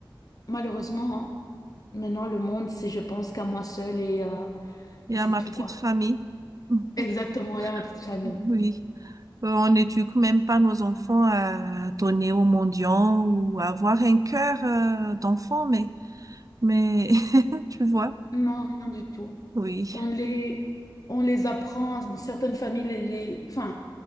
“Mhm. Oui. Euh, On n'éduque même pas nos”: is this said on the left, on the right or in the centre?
Right